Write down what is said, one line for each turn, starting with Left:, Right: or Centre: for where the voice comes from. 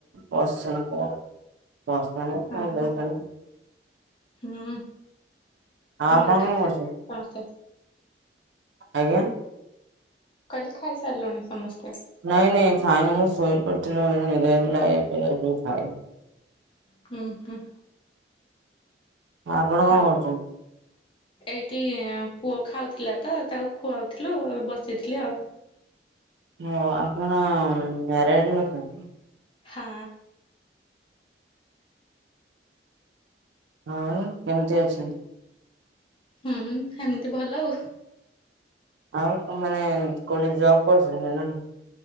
Right: ବସଛନ୍ତି ତ। ବଶ୍ ଚନ୍ତି
Left: ହଁ
Right: ତା <unintelligible>
Left: ହଁ ହୁଁ
Right: ଆଉ
Left: ଆମର
Right: ଆପଣ କଣ
Left: ଖାଇସାରିଲେଣି
Right: କରୁଛନ୍ତି?
Left: ସମସ୍ତେ।
Right: ଆଜ୍ଞା।
Left: କହିଲି ଖାଇସାରିଲୁଣି ସମସ୍ତେ।
Right: ନାଇଁ ନାଇଁ ଖାଇନି ମୁଁ ସୋଇ ପଡିଥିଲି ଏଇନା ନିଦ ଭାଙ୍ଗିଲା ଏବେ ଯାଉଛି ମୁ ଖାଇବି।
Left: ହୁଁ ହୁଁ।
Right: ଆପଣ କଣ
Left: ଆଉ
Right: କରୁଛନ୍ତି?
Left: ଏଇଠି ପୁଅ ଖାଉଥିଲା ତ ତାକୁ ଖୁଆଉଥିଲୁ ବସିଥିଲି ଆଉ।
Right: ହ ଆପଣ ମ୍ୟାରେଡ ଲୋକ?
Left: ହଁ।
Right: ଆଉ କେମତି ଅଛନ୍ତି?
Left: ହୁଁ ହେମତି ଭଲ ଆଉ।
Right: ଆଉ ତମେମାନେ କୋଉଠି ଜବ୍ କରୁଛନ୍ତି ନା?